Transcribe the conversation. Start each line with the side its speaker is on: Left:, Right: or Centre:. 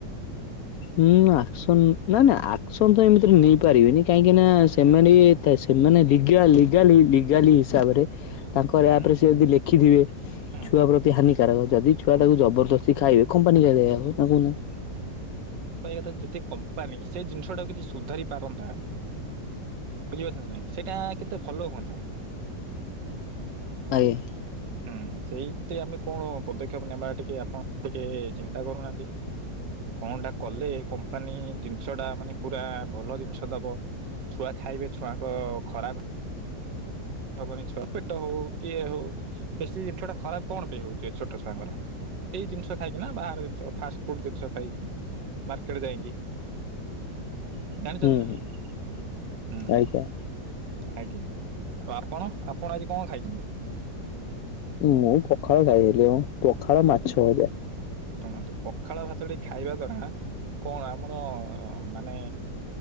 Left: ହୁଁ ଆକ୍ସନ୍ ନାଁ ନାଁ ଆକ୍ସନ୍ ତ ଏମତିରେ ନେଇ ପାରିବେନି କାହିଁକି ନାଁ
Right: ଆଜ୍ଞା
Left: ସେମାନେ ଇ ଏତେ ସେମାନେ ଲିଗା ଲିଗାଲି ଲିଗାଲି ହିସାବରେ ତାଙ୍କରି
Right: ହୁଁ
Left: ଆପରେ ସିଏ ଯଦି ଲେଖିଥିବେ
Right: ହୁଁ
Left: ଛୁଆ
Right: ହୁଁ
Left: ପ୍ରତି ହାନିକାରକ ଯଦି ଛୁଆ
Right: ହୁଁ
Left: ତାକୁ
Right: ହୁଁ
Left: ଜବରଦସ୍ତି ଖାଇବେ କମ୍ପାନୀ କାଇଁ
Right: ହୁଁ।
Left: ଦାୟୀ ହବ ନାଁ
Right: ତ ଯଦି କମ୍ପାନୀ ସେ ଜିନିଷଟାକୁ କିଛି ସୁଧାରି ପାରନ୍ତା ବୁଝିପାରୁଚ ନାଁ ନାଇଁ ସେଟା କେତେ ଭଲ ହୁଅନ୍ତା
Left: ଆଜ୍ଞା।
Right: ହୁଁ ସେଇଠି ତେ ଆମେ କଣ ପଦକ୍ଷେପ ନେବା ଟିକେ ଆପଣ ଟିକେ ଚିନ୍ତା କରୁନାହାନ୍ତି । କଣଟା କଲେ କମ୍ପାନୀ ଜିନିଷଟା ମାନେ ପୁରା ଭଲ ଜିନିଷ ଦବ । ଛୁଆ ଖାଇବେ ଛୁଆଙ୍କ ଖରାବ ହବନି ଛୁଆ ପେଟ ହଉ କି ଇଏ ହଉ ବେଶୀ ଜିନିଷଟା ଖରାପ କଣ ପାଇଁ ହଉଚି ଛୋଟ ଛୁଆଙ୍କର ଏଇ ଜିନିଷ ଖାଇକିନା ବାହାର ଜିନିଷ ଫାଷ୍ଟ୍ ଫୁଡ଼୍ ଜିନିଷ ଖାଇକି ମାର୍କେଟ ଯାଇଁକି । ଜାଣିଚଚନ୍ତି
Left: ହୁଁ
Right: ନାଁ
Left: ହୁଁ
Right: ଉଁ।
Left: ଆଜ୍ଞା
Right: ଆଜ୍ଞା ଆଉ ଆପଣ ଆପଣ ଆଜି କଁ ଖାଇଚନ୍ତି?
Left: ମୁଁ ପଖାଳ ଖାଇଥିଲି ମ। ପଖାଳ ମାଛ ହଜା ।
Right: ଶୁଣନ୍ତୁ ପଖାଳ ଭାତଟି ଖାଇବା ଦ୍ଵାରା କଣ ଆମର ମାନେ